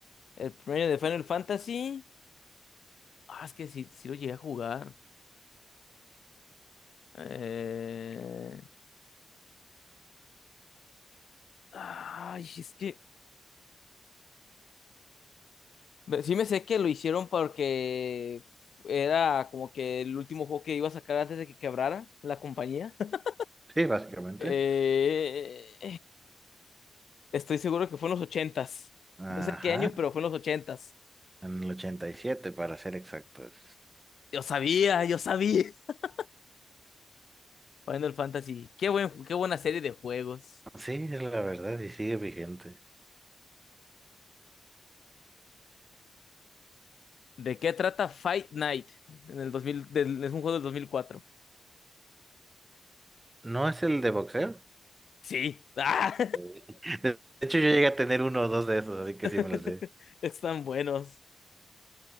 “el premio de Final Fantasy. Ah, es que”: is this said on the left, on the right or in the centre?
Left